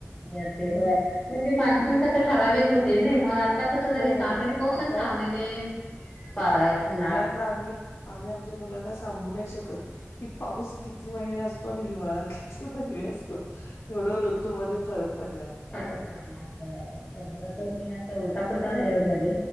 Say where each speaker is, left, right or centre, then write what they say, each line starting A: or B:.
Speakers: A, on the left; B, on the left.
A: असे होय म्हणजे मान्सून कस ठराविक होते ना मग आता कसं
B: हो
A: झाले सहा महिने पाऊस
B: आता
A: आणि सहा महिने पा उन्हाळा
B: नाम्ही. आम्ही आमच्या मुलांना सांगू नाही शकत कि पाऊस किती महिने असतो. ो आणि हिवाळा किती महिमी असतो एवढा ऋतूमध्येध्ये फरक पडलाय.
A: फरोक पडला ब सगळं कमी असं उलटा पुलटा झाले होण झाले